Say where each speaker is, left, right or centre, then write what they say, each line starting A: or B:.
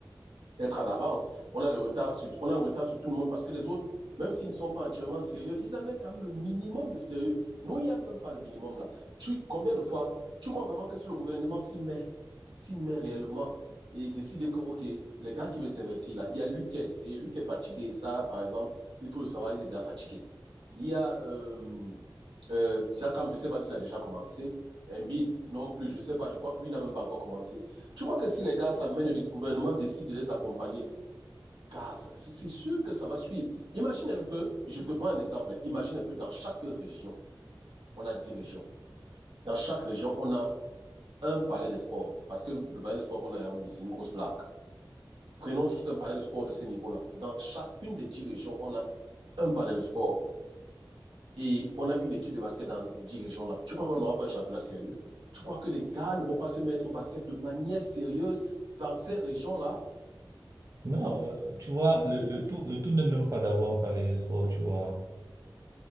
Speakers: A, on the right; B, on the right.
A: être en avance. On a le retard sur, on a le retard sur tout le monde parce que les autres, même s'ils ne sont pas entièrement sérieux, ils amènent quand même le minimum de sérieux. Nous, il n'y a même pas le minimum là. Tu, combien de fois, tu crois vraiment que si le gouvernement s'y met, s'y met réellement et décide que, OK, les gars qui veulent s'investir là, il y a Luc qui a essayé, Luc est fatigué. Ça, par exemple, il faut le savoir, il est déjà fatigué. Il y a euh, euh, Siakam, je ne sais pas s'il a déjà commencé. Embiid non plus, je ne sais pas, je crois que lui n'a même pas encore commencé. Tu crois que si les gars s'amènent et le gouvernement décide de les accompagner, gars, c'est sûr que ça va suivre. Imagine un peu, je te prends un exemple, imagine un peu dans chaque région, on a 10 régions. Dans chaque région, on a un palais des sports. Parce que le palais des sports qu'on a à Yaoundé, c'est une grosse blague. Prenons juste un palais de sport de ce niveau-là. Dans chacune des 10 régions, on a un palais de sport. Et on a une équipe de basket dans les 10 régions-là. Tu crois qu'on n'aura pas un championnat sérieux? Tu crois que les gars ne vont pas se mettre au basket de manière sérieuse dans ces régions-là
B: Non,
A: Mais Non.
B: euh, tu vois,
A: Si,
B: le,
A: si
B: le tout, le tout n'est même pas d'avoir un palais des sports, tu vois.